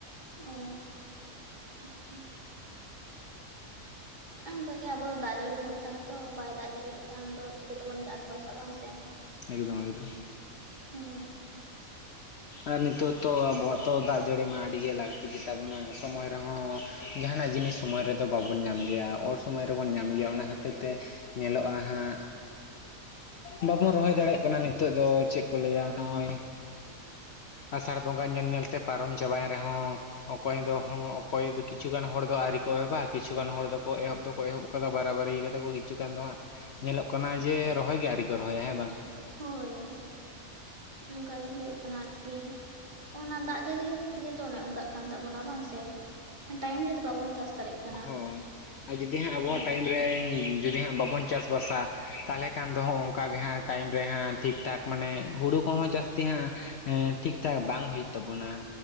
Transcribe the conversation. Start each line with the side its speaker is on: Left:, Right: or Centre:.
Right: ᱚᱻ ᱟᱪᱪᱷᱟ᱾ ᱚᱱᱮ ᱚᱱᱠᱟᱜᱮ ᱟᱵᱚ ᱫᱟᱜ ᱡᱟᱹᱲᱤ ᱵᱷᱚᱨᱥᱟ ᱜᱮᱛᱚ ᱵᱟᱭ ᱫᱟᱜ ᱡᱟᱹᱲᱤ ᱞᱮᱠᱷᱟᱱ ᱫᱚ, ᱪᱤᱠᱟᱹᱛᱮᱵᱚᱱ ᱪᱟᱥᱵᱟᱥᱟ ᱵᱟᱝ ᱥᱮ?
Left: ᱮᱠᱫᱚᱢ ᱮᱠᱫᱚᱢ᱾
Right: ᱦᱳᱭ
Left: ᱟᱨ ᱱᱤᱛᱚᱜ ᱛᱚ ᱟᱵᱚᱣᱟᱜ ᱛᱚ ᱫᱟᱜ ᱡᱟᱹᱲᱤ ᱢᱟ ᱟᱹᱰᱤᱜᱮ ᱞᱟᱹᱠᱛᱤ ᱜᱮᱛᱟ ᱵᱚᱱᱟ ᱥᱚᱢᱚᱭ ᱨᱮᱦᱚᱸ ᱡᱟᱦᱟᱱᱟᱜ ᱡᱤᱱᱤᱥ ᱥᱚᱢᱚᱭ ᱨᱮᱫᱚ ᱵᱟᱵᱚᱱ ᱧᱟᱢ ᱜᱮᱭᱟ ᱚᱨ ᱥᱚᱢᱚᱭ ᱨᱮᱵᱚᱱ ᱧᱟᱢ ᱜᱮᱭᱟ ᱚᱱᱟ ᱠᱷᱟᱹᱛᱤᱨ ᱛᱮ ᱧᱮᱞᱚᱜᱼᱟ ᱦᱟᱸᱜ ᱵᱟᱵᱚᱱ ᱨᱚᱦᱚᱭ ᱫᱟᱲᱮᱭᱟᱜ ᱠᱟᱱᱟ ᱱᱤᱛᱚᱜ ᱫᱚ, ᱪᱮᱫ ᱠᱚ ᱞᱟᱹᱭᱟ ᱱᱚᱜᱼᱚᱭ ᱟᱥᱟᱲ ᱵᱚᱸᱜᱟ ᱧᱮᱞ ᱧᱮᱞᱛᱮ ᱯᱟᱨᱚᱢ ᱪᱟᱵᱟᱭᱮᱱ ᱨᱮᱦᱚᱸ ᱚᱠᱚᱭ ᱫᱚ ᱦᱚ ᱚᱠᱚᱭ ᱫᱚ ᱠᱤᱪᱷᱩᱩᱜᱟᱱ ᱦᱚᱲ ᱫᱚ ᱟᱹᱣᱨᱤ ᱠᱚ ᱮᱦᱚᱵᱟ, ᱠᱤᱪᱷᱩ ᱜᱟᱱ ᱦᱚᱲ ᱫᱚᱠᱚ ᱮᱦᱚᱵ ᱫᱚᱠᱚ ᱮᱦᱚᱵ ᱠᱚᱫᱚ ᱵᱟᱨᱟ ᱵᱟᱨᱤ ᱠᱟᱛᱷᱟ ᱠᱚ ᱠᱤᱪᱩ ᱠᱟᱱ ᱫᱚ ᱦᱟᱸᱜ ᱧᱮᱞᱚᱜ ᱠᱟᱱᱟ ᱡᱮ ᱨᱚᱦᱚᱭ ᱜᱮᱭᱟ ᱟᱹᱣᱨᱤ ᱠᱚ ᱨᱚᱦᱚᱭᱟ ᱦᱮᱸ ᱵᱟᱝ?
Right: ᱦᱳᱭ ᱚᱱᱠᱟ ᱜᱮ ᱦᱩᱭᱩᱜ ᱠᱟᱱᱟ ᱟᱨᱠᱤ ᱚᱱᱟ ᱫᱟᱜ ᱡᱟᱹᱲᱤ ᱠᱷᱟᱛ ᱛᱮᱜᱮ ᱛᱚ ᱚᱱᱮ ᱚᱱᱠᱟᱜ ᱠᱟᱱ ᱛᱟᱵᱚᱱᱟ ᱵᱟᱝ ᱥᱮ ᱴᱟᱭᱤᱢ ᱨᱮᱫᱚ ᱵᱟᱵᱚᱱ ᱪᱟᱥ ᱫᱟᱲᱮᱭᱟᱜ ᱠᱟᱱᱟ
Left: ᱦᱚᱸ ᱟᱨ ᱡᱩᱫᱤ ᱦᱟᱸᱜ ᱟᱵᱚᱣᱟᱜ
Right: ᱦᱳᱭ
Left: ᱴᱟᱭᱤᱢ ᱨᱮ ᱡᱩᱫᱤ ᱦᱟᱸᱜ ᱵᱟᱵᱚᱱ ᱪᱟᱥᱵᱟᱥᱟ ᱛᱟᱦᱚᱞᱮ ᱠᱷᱟᱱ ᱫᱚᱜ ᱚᱱᱠᱟᱟᱜ ᱜᱮ ᱦᱟᱸᱜ ᱴᱟᱭᱤᱢ ᱨᱮ ᱦᱟᱸᱜ ᱴᱷᱤᱠ ᱴᱷᱟᱠ ᱢᱟᱱᱮ ᱦᱩᱲᱩ ᱠᱚᱦᱚᱸ ᱡᱟᱹᱥᱛᱤ ᱦᱟᱸᱜ ᱦᱮᱸ ᱴᱷᱤᱠ ᱴᱷᱟᱠ ᱵᱟᱝ ᱦᱩᱭᱩᱜ ᱛᱟᱵᱚᱱᱟ